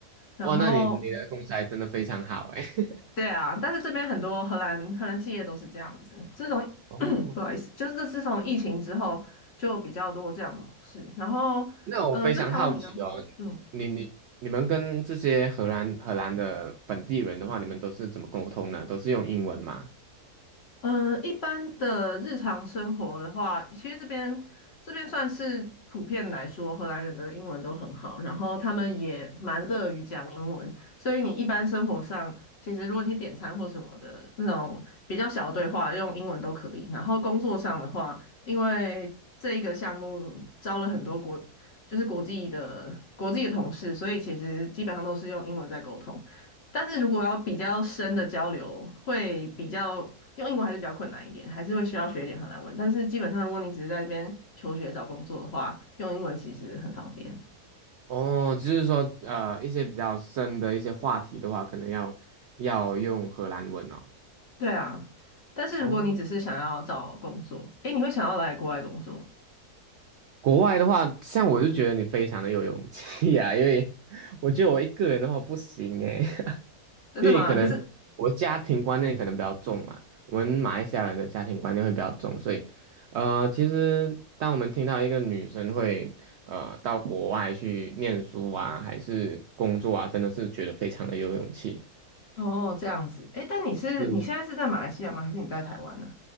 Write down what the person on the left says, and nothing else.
然后
对啊，但是这边很多荷兰荷兰企业都是这样子。自从嗯不好意思，
就是这自从疫情之后，就比较多这样的模式。然后，
嗯、跟台湾比较，嗯，
嗯，呃一般的日常生活的话，其实这边这边算是普遍来说，荷兰人的英文都很好，然后他们也蛮乐于讲英文，所以你一般生活上，其实如果你点餐或什么的那种比较小的对话，用英文都可以。然后工作上的话，因为这一个项目招了很多国，就是国际的国际的同事，所以其实基本上都是用英文在沟通。但是如果要比较深的交流，会比较用英文还是比较困难一点，还是会需要学一点荷兰文。但是基本上，如果你只是在这边求学找工作的话，用英文其实很方便。
对啊，但是如果你只是想要找工作，
诶，你会想要来国外工作，
真的吗？
可是
哦，这样子，诶，但你是你现在是在马来西亚吗？
还是你在台湾呢？